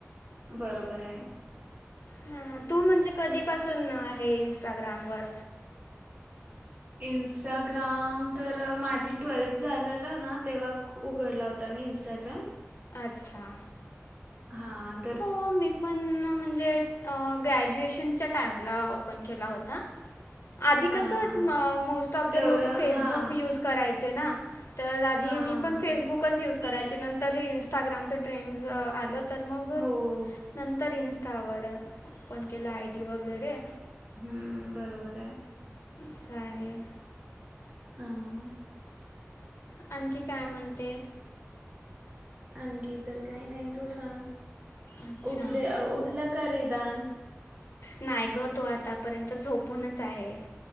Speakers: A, on the right; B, on the left.
A: बरोबर आहे.
B: ह्.. तू म्हणजे कधीपासून आहे इंस्टाग्राम वर
A: इंस्टाग्राम तर माझी ट्वेल्थ झालेलं ना तेव्हा उघडला होता मी इंस्टाग्राम
B: अच्छा
A: हा.. अन
B: हो.. मी पण म्हणजे अ.. ग्रॅज्युएशनच्या टाइमला ओपन केला होता. आधी
A: हा
B: कसं
A: हा
B: म.. मोस्ट ऑफ द
A: तेवढं
B: लोक फेसबुक
A: हा
B: यूज करायचे ना, तर आधी
A: हा
B: मी पण फेसबुकच
A: तेच
B: यूज करायचे नंतर हे इन्स्टाग्रामचं ट्रेंड.. ज.. आलं तर मग
A: हो
B: नंतर इन्स्टावर ओपन केला आय. डी. वगैरे
A: हम्म.. बरोबर आहे.
B: सा.. ये
A: अ
B: आणखी काय म्हणते
A: आणखी तर काही नाही तू सांग..
B: अच्छा
A: उठले उठला का रिदान?
B: नाय गं.. तो आतापर्यंत झोपूनच आहे.